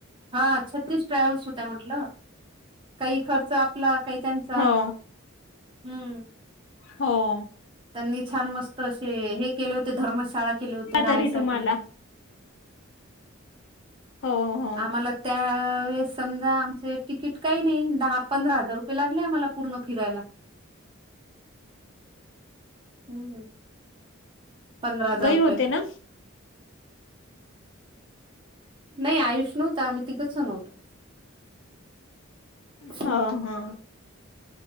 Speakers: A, on the right (about 25°); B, on the left (about 60°).
A: हा छत्तीस ट्रॅव्हल्स होत्या म्हटलं, काही खर्च आपला काही त्यांचा.
B: हो
A: हम्म
B: हो.
A: त्यांनी छान मस्त असे हे केले, होते धर्मशाळा केले होते राहायसाठी.
B: तरी तुम्हाला हो हो
A: आम्हाला? त्यावेेळेस समजा आमचे तिकीट काही नाही, दहा पंधरा हजार रुपये लागले आम्हाला पूर्ण फिरायला. हम्म पंधरा हजार
B: गई
A: रुपये.
B: होते ना
A: नाही आयुष्य नव्हत आम्ही तिघंच जण होतो.
B: हा
A: हम्म
B: हा